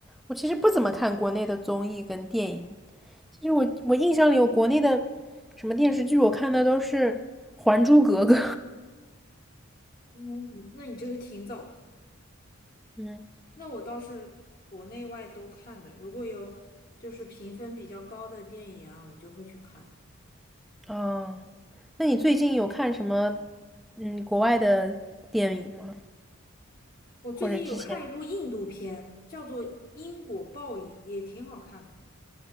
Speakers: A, in the centre; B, on the left.
A: 我其实不怎么看国内的综艺跟电影。其实我我印象里，我国内的什么电视剧我看的都是《还珠格格》。
B: 嗯，那你这个挺早的。
A: 嗯，
B: 那我倒是国内外都看的，如果有就是评分比较高的电影啊，我就会去看。
A: 哦，那你最近有看什么嗯国外的电影吗？
B: 我最近有看一部印度片，
A: 或者之前
B: 叫做《因果报应》，也挺好看的。